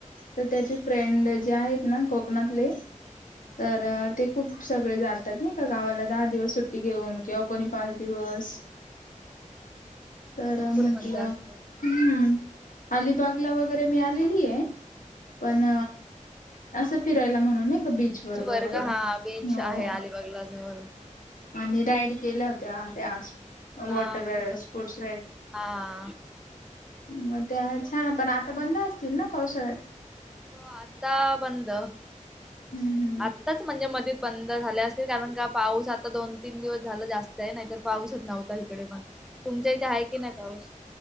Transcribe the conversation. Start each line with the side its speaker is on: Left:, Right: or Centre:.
Left: तर त्याचे फ्रेंड जे आहेत ना कोकणातले
Centre: हा
Left: तर ते खूप सगळे जातात नाही का गावाला दहा दिवस सुट्टी घेऊन किंवा कोणी पाच दिवस
Centre: हा ते
Left: तर
Centre: भरपूर
Left: म्हटलं
Centre: मज्जा असते गणपतीत
Left: हम्म अलिबागला वगैरे मिीळालेली आहे पण
Centre: हा काय
Left: असं फिरायला म्हणूनय का बीच वर
Centre: वर्ग
Left: वगैरे
Centre: हा बीच
Left: हो
Centre: आहे अलिबागला जवळ
Left: आणि राईड केल्या होत्या त्या वॉटर
Centre: हा बरोबर
Left: स्पोर्ट्स
Centre: हा मी नाही
Left: मग
Centre: ते एकदा
Left: पण
Centre: केलं.
Left: आता बंद असतील ना पावसाळ्यात
Centre: हो आता बंद
Left: हम्म हम्म
Centre: आताच म्हणजे मध्ये बंद झाले अस कारण का पाऊस आता दोन तीन दिवस झाला जास्त नाहीत तर पाऊसच नव्हता इकडे पण तुमच्या इथे आहे की नाही पाऊस